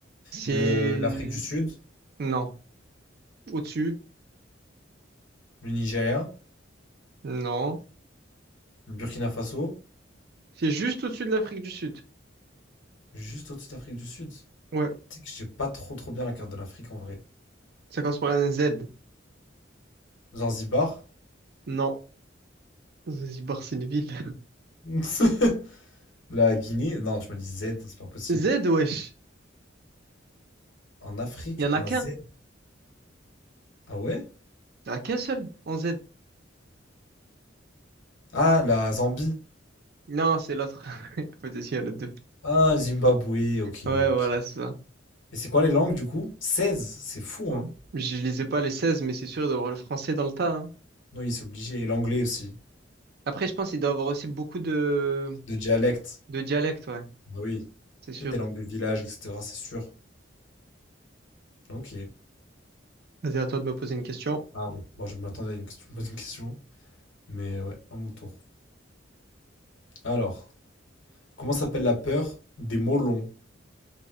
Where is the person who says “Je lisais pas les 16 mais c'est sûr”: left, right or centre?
Right